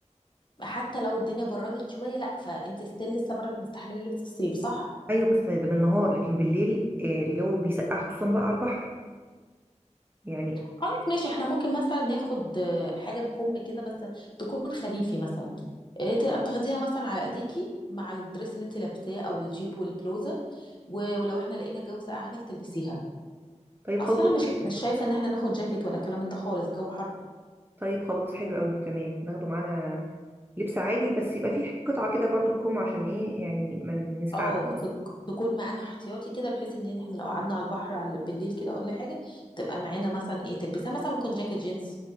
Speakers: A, on the left; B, on the right.
A: حتى لو الدنيا بردت شويه لا فانت ستيل لسه برضك مستحمله لبس الصيف صح
B: ايوه بس ده بالنهار لكن بالليل آه، الجو بيسقع خصوصا بقى على البحر يعني
A: خلاص ماشي احنا ممكن مثلا ناخد آه، حاجه بكم كده بس تكون خريفي مثلا آه، ت- تاخديها مثلا على ايديكي مع الدريس اللي انت لابساه او الجيب والبلوزه و- ولو احنا لقينا الجو ساقع هناك تلبسيها
B: طيب
A: اصل
B: خلاص
A: انا مش مش شايفه ان احنا ناخد جاكيت ولا الكلام ده خالص الجو حر
B: طيب خلاص حلو قوي تمام ناخده معانا لبس عادي بس يبقى فيه قطعة كده برضو تكم عشان ايه يعني ما نسقعش
A: اه تك- تكون معانا احتياطي كده بحيث ان احنا لو قعدنا على البحر على بالليل كده ولا حاجه تبقى معانا مثلا ايه تلبسها مثلا ممكن جاكيت جينز